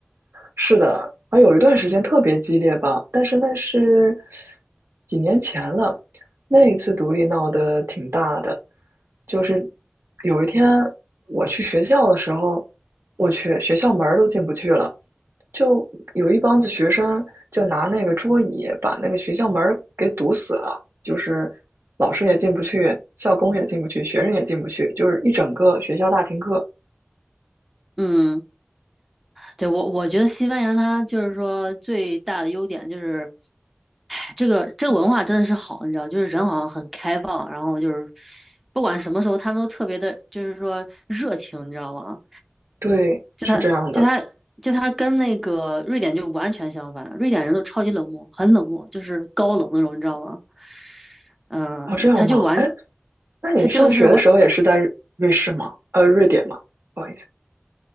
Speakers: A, on the right; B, in the centre.
A: 是的，啊，有一段时间特别激烈吧，但是那是几年前了。那一次独立闹得挺大的，就是有一天我去学校的时候，我去学校门儿都进不去了，就有一帮子学生就拿那个桌椅把那个学校门儿给堵死了，就是老师也进不去，校工也进不去，学生也进不去，就是一整个学校大停课。
B: 嗯。对，我我觉得西班牙它就是说最大的优点就是，哎这个这个文化真的是好，你知道，就是人好像很开放，然后就是不管什么时候他们都特别的，就是说热情，你知道吗？
A: 对，
B: 就他就他就他跟那个瑞典就完全相反，
A: 是这样的。
B: 瑞典人都超级冷漠，很冷漠，就是高冷那种，你知道吗？嗯、
A: 哦，这样吗？
B: 他就完，
A: 哎，那你上学的时候也是在瑞士吗？
B: 他就是完，
A: 呃，瑞典吗？不好意思，